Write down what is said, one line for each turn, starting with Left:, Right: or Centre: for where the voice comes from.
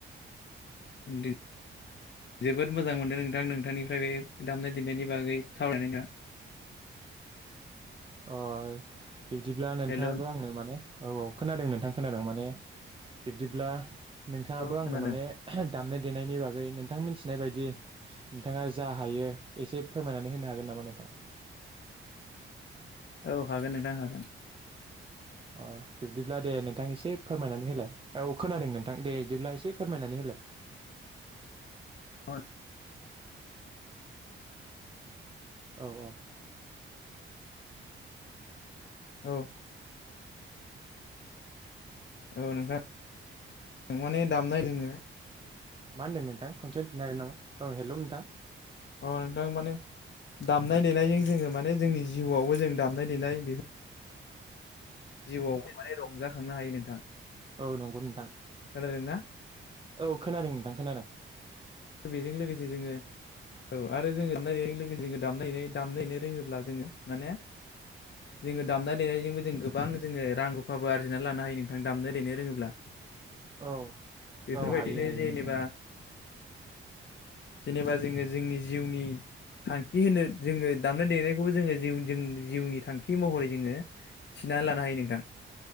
Left: इन्दि जोबोद मोजां मोनदों नोंथां नोंथांनिफ्राय बे दामनाय देनायनि बागै सावरायनाय ना
Right: अ बिदिब्ला नोंथाङाबो
Left: हेल'
Right: आंनो माने औ औ खोनादों नोंथां खोनादों माने बिब्दिब्ला नोंथाङाबो
Left: औ
Right: आंनो
Left: खोनादों
Right: माने दामनाय देनायनि बागै नोंथां मिथिनाय बायदि नोंथाङा जा हायो एसे फोरमायनानै होनो हागोन नामा नोंथाङा?
Left: औ हागोन नोंथां हागोन।
Right: अ बिब्दिब्ला दे नोंथां एसे फोरमायनानै होलाय औ खोनादों नोंथां दे बिदिब्ला एसे फोरमायनानै होलाय।
Left: औ
Right: औ औ।
Left: औ औ नोंथां माने दामनाय रोङो।
Right: मा होनदों नोंथां खनसेनो फिननो हागोन नामा औ हेल नोंथां।
Left: अ नोंथां माने दामनाय-देनायजों जोङो माने जोंनि जिउआवबो जों दामनाय देनाय बेफोर जिउयाव माने रंजाखांनो हायो नोंथां।
Right: औ नंगौ नोंथां
Left: खोनादोंना
Right: औ खोनादों नोंथां खोनादों
Left: बेजों लोगोसे जोङो। औ आरो जोङो नायनायजों लोगोसे दाम दामनायनो रोङोब्ला जोङो माने जोङो दामनाय देनायजोंबो जों गोबां जोङो रां रुफाबो आरजिनानै लानो हायो नोंथां दामनाय देनो रोङोब्ला
Right: औ
Left: बेफोरबायदिनो
Right: औ हायो हायो
Left: जेनेबा
Right: नोंथां औ
Left: जेनेबा जोङो जोंनि जिउनि थांखि होनो जोङो दामनाय-देनायखौ जोङो जि जों जिउनि थांखि महरै जोङो थि नानै लानो हायो नोंथां।